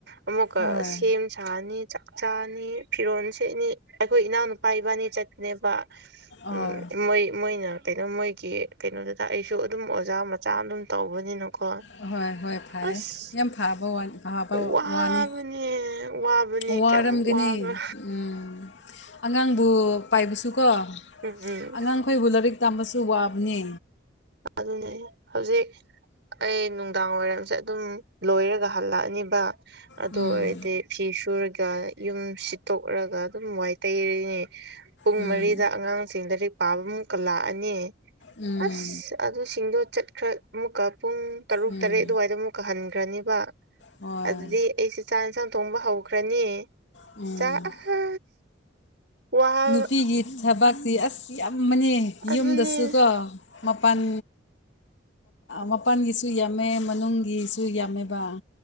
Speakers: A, on the right; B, on the left.
A: ꯑꯃꯨꯀ
B: ꯍꯣꯏ
A: ꯁꯦꯝ ꯁꯥꯅꯤ ꯆꯥꯛꯆꯥꯅꯤ ꯐꯤꯔꯣꯟꯜꯁꯦꯠꯅꯤ ꯑꯩꯈꯣꯏ ꯏꯅꯥꯎꯅꯨꯄꯥ ꯏꯕꯥꯅꯤ ꯆꯠ ꯄꯅꯦꯕ
B: ꯑꯣ
A: ꯎꯝ ꯃꯣꯏ ꯃꯣꯏꯅ ꯀꯩꯅꯣ ꯃꯣꯏ ꯀ ꯀꯩꯅꯣꯗꯨꯗ ꯑꯩꯁꯨ ꯑꯗꯨꯝ ꯑꯣꯖꯥ ꯃꯆꯥ ꯑꯃ ꯑꯗꯨꯝ ꯇꯧꯕꯅꯤꯅꯀꯣ
B: ꯍꯍꯣꯏ ꯍꯣꯏ ꯐꯌꯦ
A: ꯑꯁ
B: ꯌꯥꯝ ꯐꯕꯅꯤ ꯐꯕ
A: ꯋꯥꯕꯅꯦ
B: ꯋꯥꯅꯤ
A: ꯋꯥꯕꯅꯦ
B: ꯋꯥꯔꯝꯒꯅꯤ
A: ꯀꯌꯥꯃꯨꯛ ꯋꯥꯕ꯭ꯔꯥ
B: ꯎꯝ ꯑꯉꯥꯡꯕꯨ ꯄꯥꯏꯕꯁꯨꯀꯣ
A: ꯎꯝ ꯎꯝ
B: ꯑꯉꯥꯡꯈꯣꯏꯕꯨ ꯂꯥꯏꯔꯤꯛ ꯇꯝꯕꯁꯨ ꯋꯥꯕꯅꯤ
A: ꯑꯗꯨꯅꯦ ꯍꯧꯖꯤꯛ ꯑꯩ ꯅꯨꯡꯗꯥꯡ ꯋꯥꯏꯔꯝ ꯖꯦ ꯑꯗꯨꯝ ꯂꯣꯏꯔꯒ ꯍꯜꯂꯛꯑꯅꯤꯕ ꯑꯗꯨ
B: ꯎꯝ
A: ꯑꯣꯏꯔꯗꯤ ꯐꯤ ꯁꯨꯔꯒ ꯌꯨꯝ ꯁꯤꯠꯇꯣꯛꯔꯒ ꯑꯗꯨꯝ ꯋꯥꯏ ꯇꯩꯔꯅꯤ ꯄꯨꯡ
B: ꯎꯝ
A: ꯃꯔꯤꯗ ꯑꯉꯥꯡꯁꯤꯡ ꯂꯥꯏꯔꯤꯛ ꯄꯥꯕ ꯑꯃꯨꯛꯀ ꯂꯥꯛꯑꯅꯤ
B: ꯎꯝ
A: ꯑꯁ ꯑꯗꯨꯁꯤꯡꯗꯣ ꯆꯠꯈ꯭ꯔ ꯑꯃꯨꯛꯀ ꯄꯨꯡ ꯇꯔꯨꯛ
B: ꯎꯝ
A: ꯇꯔꯦꯠ ꯑꯗꯨꯋꯥꯏꯗ ꯑꯃꯨꯛꯀ ꯍꯟꯈ꯭ꯔꯅꯤꯕ꯫
B: ꯍꯣꯏ
A: ꯑꯗꯨꯗꯤ ꯑꯩꯁꯦ ꯆꯥꯛ ꯌꯦꯟꯁꯥꯡ ꯊꯣꯡꯕ ꯍꯧꯈ꯭ꯔꯅꯤ
B: ꯎꯝ
A: ꯆꯥꯛ ꯑꯁ ꯋꯥ
B: ꯅꯨꯄꯤꯒꯤ ꯊꯕꯥꯛꯇꯤ ꯑꯁ ꯌꯥꯝꯕꯅꯦ
A: ꯑꯗꯨꯅꯦ
B: ꯌꯨꯝꯗꯁꯨꯀꯣ꯫ ꯃꯄꯥꯟ ꯃꯄꯥꯟꯒꯤꯁꯨ ꯌꯥꯝꯃꯦ ꯃꯅꯨꯡꯒꯤꯁꯨ ꯌꯥꯝꯃꯦꯕ